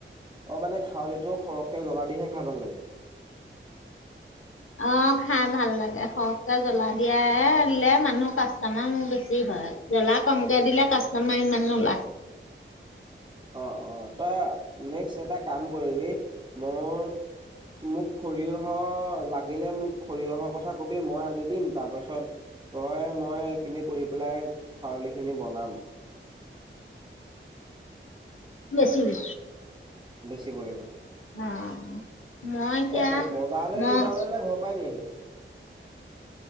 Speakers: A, on the right; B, on the left.
A: অ' মানে খউলিটো সৰহকে জ্বলা দিহে খাই ভাল লাগে।
B: অ খাই ভাল লাগে, সৰহকে জ্বলা দিয়া, দিলে মানুহ কাষ্টমাৰ বেছি হয়। জ্বলা কমকে দিলে কাষ্টমাৰ ইমান নোলায়।
A: অ' অ' তই নেক্স এটা কাম কৰিবি, মোৰ, মোক সৰিয়হ লাগিলে, মোক সৰিয়হৰ কথা কবি, মই আনি দিম। তাৰপাছত তই মই সেইখিনি কৰি পেলাই খউলিখিনি বনাম।
B: বেছিবি?
A: বেছিব লাগিব।
B: অ মই এতিয়া,
A: এ বজাৰলৈ
B: মই
A: লৈ যাও নে নে ঘৰ পৰাই নিয়েহি